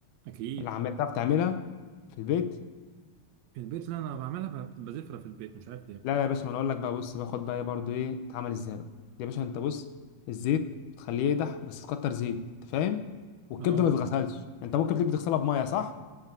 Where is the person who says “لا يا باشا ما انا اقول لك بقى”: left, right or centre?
Left